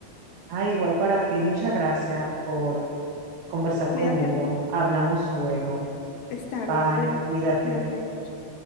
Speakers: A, on the right; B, on the left.
A: ah, igual para ti, muchas gracias por conversar
B: Cuídate,
A: conmigo. Hablamos luego.
B: está
A: Bye,
B: bien, cuídate,
A: cuídate.
B: cuídate mucho.